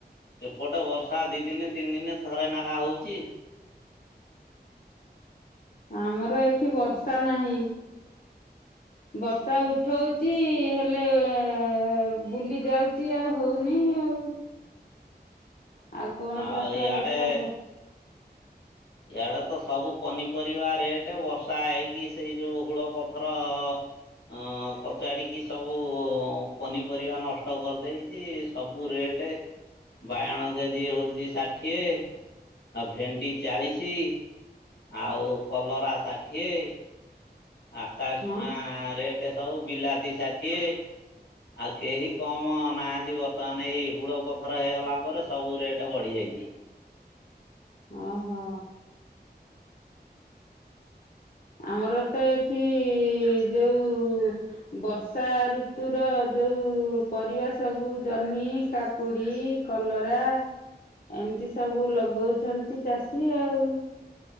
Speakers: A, on the left; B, on the left.
A: ଏପଟେ ବର୍ଷ ର୍ଷା ଦି ଦିନେ ତିନି ଦିନେ ଥରେ ନାଖା ହଉଚି।
B: ଆମର ଏଠି ବର୍ଷା ନାହିଁ। ବର୍ଷା ଉଠଉଚି ହେଲ ଲେ ବୁଲି ଯାଉଚି ଆଉ ହୋଉନେଇ ଆଉ। ଆଉ କଣ
A: ଆଉ
B: ଚାଷ
A: ଇଆଡେ
B: ଏ ବର୍ଷ ହବ
A: ଇଆଡେ ତ ସବୁ ପନିପରିବା ରେଟ। ବର୍ଷା ହେଇକି ସେଇ ଯୋଉ ହୁଳ ପଥର ଅଁ କଚାଡ଼ିକି ସବୁ ପନିପରିବା ନଷ୍ଟ କରିଦେଇଚି। ସବୁ ରେଟେ ବାଇଗଣ କେଜି ହୋଉଚି ଷାଠିଏ। ଆଉ ଭେଣ୍ଡି ଚାଳିଶି ଆଉ କଲରା ଷାଠିଏ ଆକାଶ
B: ହଁ
A: ଛୁଆଁ ରେଟ ସବୁ ବିଲାତି ଷାଠିଏ ‌ ଆଉ କେହି କମ ନାହାଁନ୍ତି ବର୍ତ୍ତମାନେ ଏଇ ହୁଳ ପଥର ହେଇଗଲା ପରେ ସବୁ ରେଟ୍ ବଢ଼ିଯାଇଚି।
B: ଓ ହୋ ଆମର ତ ଏଠି ଯୋଉ ବର୍ଷା ଋତୁର ଯୋଉ ପରିବା ସବୁ ଜହ୍ନି କାକୁଡି କଲରା ଏମିତି ସବୁ ଲଗଉଛନ୍ତି ଚାଷୀ ଆଉ